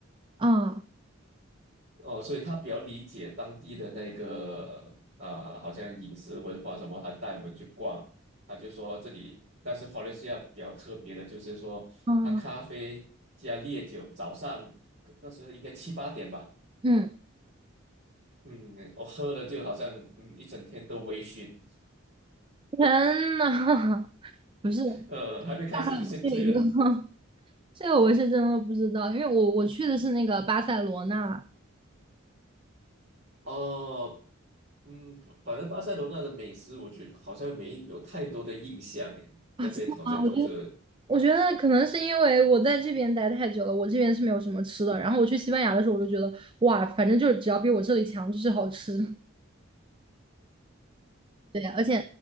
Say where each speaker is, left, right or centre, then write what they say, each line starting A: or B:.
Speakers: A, on the right (about 25°); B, on the right (about 55°).
A: 啊
B: 哦，所以他比较理解当地的那个啊、好像饮食文化什么，他带我们去逛，他就说这里，但是华伦西亚比较特别的就是说，
A: 啊
B: 他咖啡加烈酒，早上那时候应该七八点吧，
A: 嗯，
B: 嗯，我喝了就好像嗯一整天都微醺，
A: 天呐，<laughs> 不是，
B: 呃，还没开始就先醉了。
A: 啊这个 <laughs> 这个我是真的不知道，因为我我去的是那个巴塞罗那
B: 哦，嗯，反正巴塞罗那的美食，我觉得好像没有太多的印象诶，
A: 啊，
B: 那边好像就这，
A: 真的吗？我觉得我觉得可能是因为我在这边待太久了，我这边是没有什么吃的。然后我去西班牙的时候，我就觉得哇，反正就是只要比我这里强，就是好吃。<laughs> 对，而且